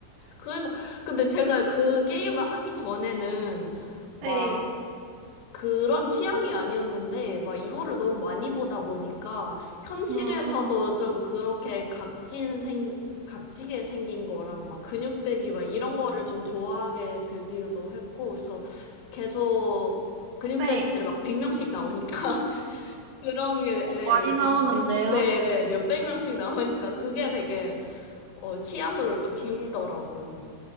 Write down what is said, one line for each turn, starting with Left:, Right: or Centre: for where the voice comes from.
Left: 그래서 근데 제가 그 게임을 하기 전에는 막
Right: 네.
Left: 그런 취향이 아니었는데 막 이거를 너무 많이 보다 보니까 현실에서도
Right: 음,
Left: 좀 그렇게 각진 생 각지게 생긴 거랑 막 근육돼지 막 이런 거를 좀 좋아하게 되기도 했고 그래서 계속 근육돼지들이
Right: 네.
Left: 막 100명씩 나오니까 <laughs> 그런 게 네,
Right: 많이 나오는데요.
Left: 익숙해지 네네 몇백 명씩 나오니까 그게 되게 어 취향으로 이렇게 기울더라고요.